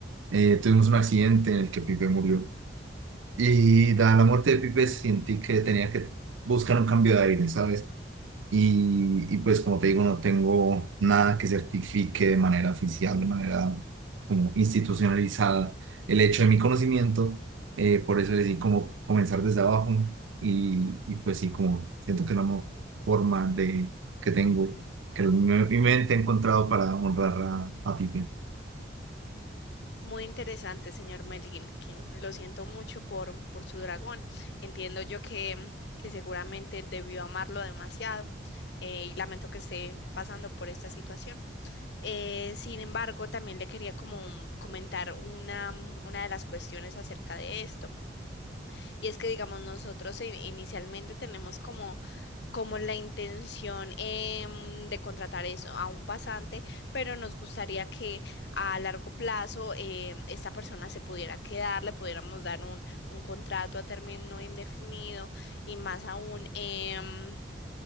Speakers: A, on the right; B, on the left.
A: Eh, tuvimos un accidente en el que Pipe murió. Y dada la muerte de Pipe, sentí que tenía que buscar un cambio de aire, ¿sabes? Y, y pues como te digo, no tengo nada que certifique de manera oficial, de manera como institucionalizada el hecho de mi conocimiento. eh, por eso decidí como comenzar desde abajo y, y pues sí, como siento que es la mo- forma de, que tengo, que me- mi mente ha encontrado para honrar a, a Pipe.
B: Muy interesante, señor Melinkin. Lo siento mucho por, por su dragón. Entiendo yo que, que seguramente debió amarlo demasiado eh, y lamento que esté pasando por esta situación. Eh, sin embargo, también le quería como comentar una, una de las cuestiones acerca de esto. Y es que, digamos, nosotros in- inicialmente tenemos como como la intención em, de contratar eso a un pasante, pero nos gustaría que a largo plazo em, esta persona se pudiera quedar, le pudiéramos dar un, un contrato a término indefinido y más aún. em,